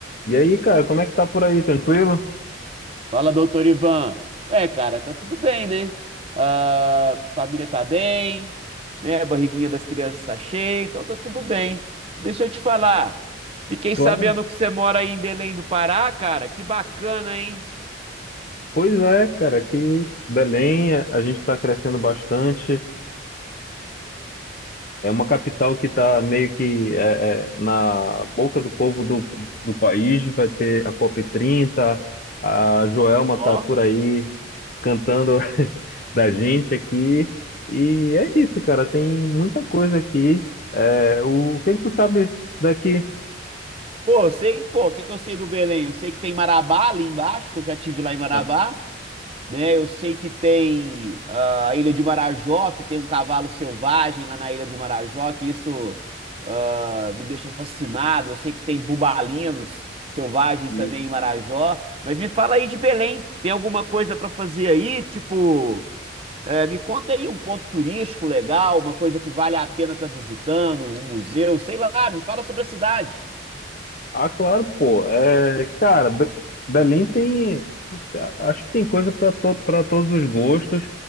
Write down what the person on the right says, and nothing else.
Fala, doutor Ivan. Ué, cara, tá tudo bem, né? Ah, família tá bem, né? A barriguinha das crianças tá cheia, então tá tudo bem. Deixa eu te falar. Fiquei
sabendo que você mora aí em Belém do Pará, cara. Que bacana, hein?
Ó.
Pô, eu sei, pô, o que que eu sei do Belém? Eu sei que tem Marabá ali embaixo, que eu já tive lá em Marabá.
né? Eu sei que tem ah, a Ilha de Marajó, que tem um cavalo selvagem lá na Ilha de Marajó, que isso ah, me deixa fascinado. Eu sei que tem bubalinos selvagens
também em Marajó. Mas me fala aí de Belém, tem alguma coisa para fazer aí? Tipo, eh, me conta aí um ponto turístico legal, uma coisa que vale a pena estar visitando, um museu, sei lá, me fala sobre a cidade.